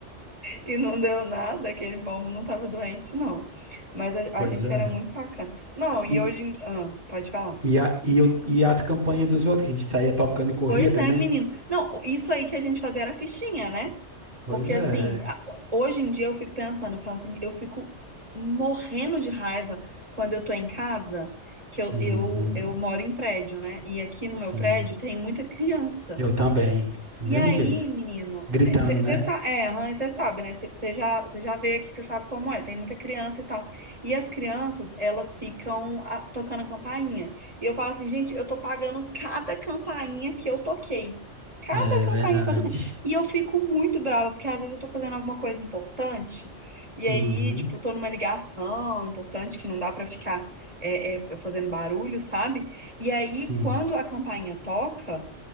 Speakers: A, on the right; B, on the right.
A: E não deu nada, aquele pombo não tava doente, não. Mas a, a
B: Pois
A: gente
B: é.
A: era muito sacana. Não, e
B: E,
A: hoje. em- Ah, pode falar.
B: e, a, e, eu, e as campanhas dos outros, que a gente saía tocando e corria
A: Pois
B: também?
A: é, menino. Não, isso aí que a gente fazia era fichinha, né?
B: Pois
A: Porque assim,
B: é.
A: a- hoje em dia eu fico pensando, eu falo assim, eu fico morrendo de raiva quando eu tô em casa, que eu,
B: Uhum.
A: eu, eu moro em prédio, né? E aqui no
B: Sim.
A: meu prédio tem muita criança.
B: Eu também. É
A: E
B: o mesmo
A: aí,
B: jeito.
A: menino,
B: Gritando,
A: você
B: né?
A: sabe, é, Rãs, você sabe, né? Você já, cê já veio aqui, você sabe como é, tem muita criança e tal. E as crianças, elas ficam ah, tocando a campainha. E eu falo assim, gente, eu tô pagando cada campainha que eu toquei. Cada
B: É
A: campainha
B: verdade.
A: que eu toquei. E eu fico muito brava, porque às vezes eu tô fazendo alguma coisa importante, e
B: Uhum.
A: aí, tipo, tô numa ligação importante que não dá pra ficar é, é, fazendo barulho, sabe? E aí,
B: Sim.
A: quando a campainha toca.